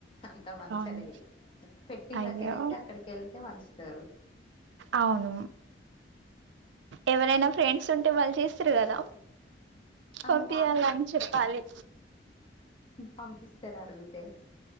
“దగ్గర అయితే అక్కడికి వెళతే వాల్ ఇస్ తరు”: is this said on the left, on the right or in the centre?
Left